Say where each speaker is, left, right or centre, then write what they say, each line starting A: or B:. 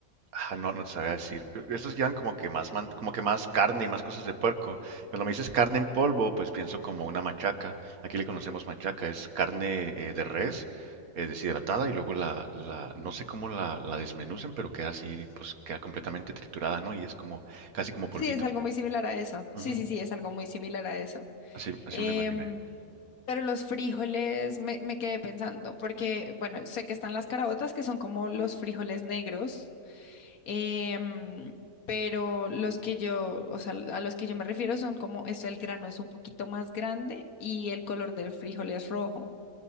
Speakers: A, on the right; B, on the left.
A: Ah, no, no te sabría decir. Creo Estos llevan como que más, man- como que más carne y más cosas de puerco. Cuando me dices carne en polvo, pues pienso como una machaca. Aquí le conocemos machaca, es carne eh, de res eh, deshidratada y luego la, la, no sé cómo la, la desmenucen, pero queda así, pues queda completamente triturada, ¿no? Y es como, casi como polvito.
B: Sí, es algo muy similar a eso.
A: Ujú,
B: Sí, sí, sí, es algo muy similar a eso.
A: Así, así
B: Em,
A: me lo imaginé.
B: pero los frijoles me, me quedé pensando, porque, bueno, sé que están las carabotas, que son como los frijoles negros, em, pero los que yo, o sea, a los que yo me refiero son como, es el grano es un poquito más grande y el color del frijol es rojo.